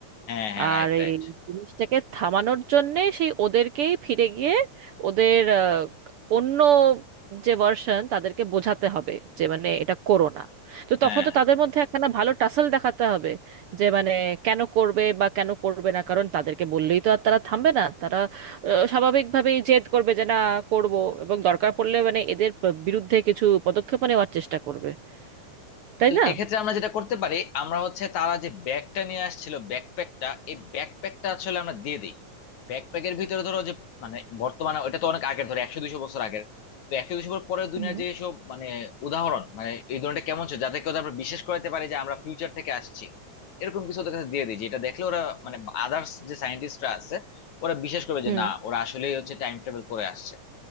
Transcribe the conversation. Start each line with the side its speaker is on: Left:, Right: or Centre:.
Left: হ্যাঁ হ্যাঁ
Right: আর
Left: রাইট
Right: এই
Left: রাইট
Right: জিনিসটাকে থামানোর জন্যে সেই ওদেরকেই ফিরে গিয়ে ওদের আহ, অন্য যে ভার্সন তাদেরকে বোঝাতে হবে যে মানে এটা করো না তো তখন
Left: হ্যাঁ
Right: তো তাদের মধ্যে একখানা ভালো টাসল দেখাতে হবে যে মানে কেন করবে বা কেন করবে না কারণ তাদেরকে বললেই তো আর তারা থামবে না তারা আহ, স্বাভাবিকভাবেই জেদ করবে যে না করব এবং দরকার পড়লে মানে এদের বিরুদ্ধে কিছু পদক্ষেপ নেওয়ার চেষ্টা করবে তাই
Left: তো
Right: না
Left: এক্ষেত্রে আমরা যেটা করতে পারি আমরা হচ্ছে তারা যে ব্যাগটা নিয়ে আসছিল ব্যাকপ্যাকটা এই ব্যাকপ্যাকটা আসলে আমরা দিয়ে দিই ব্যাকপ্যাকের ভিতরে ধরো যে মানে বর্তমানে ওটা তো অনেক আগের ধরো একশো দুশো বছর আগের তো একশো দুশো বছর পরের দুনিয়ার
Right: হুম।
Left: যে সব মানে উদাহরণ মানে এই ধরনটা কেমন ছিল যাতে কেউ আমরা বিশ্বাস করাতে পারি যে আমরা ফিউচার থেকে আসছি এরকম কিছু ওদের কাছে দিয়ে দিই যেটা দেখলে ওরা মানে আদার্স যে সায়েন্টিস্টরা আছে ওরা বিশ্বাস করবে যে
Right: হুম
Left: না ওরা আসলেই হচ্ছে টাইম ট্রাভেল করে আসছে